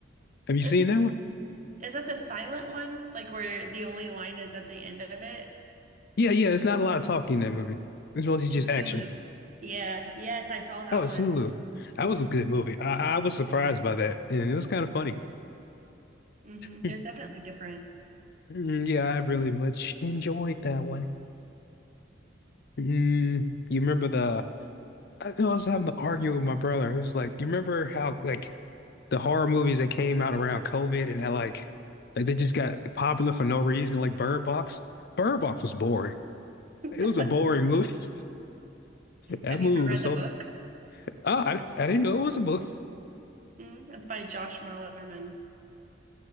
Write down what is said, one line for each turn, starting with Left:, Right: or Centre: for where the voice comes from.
Left: Have you seen
Right: Is it
Left: that one?
Right: is that the silent one? Like where the only line is at the end of it?
Left: Yeah, yeah. It's not a lot of talking in that movie. It's mostly just
Right: It's
Left: action.
Right: Hulu. Yeah, yes, I saw that
Left: Oh, it's
Right: one.
Left: Hulu. That was
Right: Mm-hmm.
Left: a good movie. I, I was surprised by that, and it was kind of funny.
Right: Mm-hmm.
Left: <laughs>
Right: It was definitely different.
Left: Mm, yeah, I really much enjoyed that one. Mm, you remember the? I think I was having to argue with my brother. It was like, you remember how like the horror movies that came out around COVID and how like like they just got popular for no reason, like Bird Box. Bird Box was boring.
Right: <laughs>
Left: It was a boring movie. <laughs> That
Right: Have
Left: movie
Right: you ever read
Left: was so.
Right: the book?
Left: bo- Oh, I, I didn't know it was a book.
Right: Mm, it's by Josh Malerman.